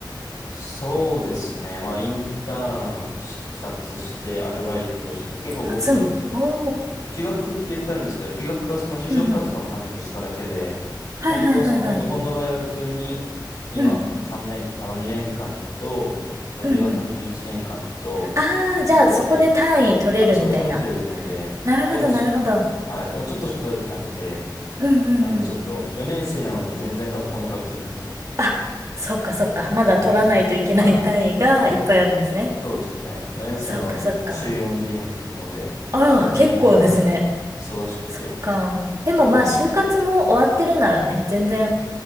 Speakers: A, on the left (about 65°); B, on the right (about 40°).
A: そうですね。まあ、インターンして、二つして、アルバイトして、結構僕、
B: 初の。おー。
A: 休学って言ったんですけど、休学はその就職活動のためにしただけで、
B: うんうん。はいはいはいはい。
A: 本当はその日本の大学に、今3年、
B: うん。
A: あの2年間と、その留学先に1年間と、
B: うんうんああ、
A: って言ってて、
B: じゃあそこで単位取れるみたいな。
A: あ、それ取れてるので、
B: なるほど、
A: でもそ、
B: なるほど。
A: はい。でもちょっとしか取れてなくて、
B: うんうんうん。
A: なんでちょっと、4年生なのに全然学校に通ってるんですよ。
B: あ、そっかそっか。まだ取らないといけない単位がいっぱいあるんですね。
A: そうなんですね。はい。そうですね。4年生なのに週4で今行ってるので、
B: そっかそっか。あら、
A: 全然、
B: 結構ですね。
A: はい、忙しくて。
B: そっか。でもまあ、
A: そうですね。
B: 就活も終わってるならね、全然、